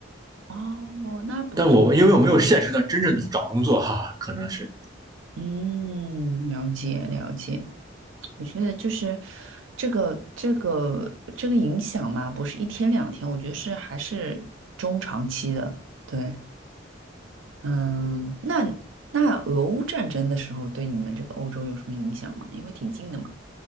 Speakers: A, on the right (about 80°); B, on the right (about 20°).
A: 哦，那不错。
B: 但我因为我没有现实的真正的去找工作哈，可能是
A: 嗯，了解了解。我觉得就是这个这个这个影响嘛，不是一天两天，我觉得是还是中长期的。对，嗯，那那俄乌战争的时候对你们这个欧洲有什么影响吗？因为挺近的嘛。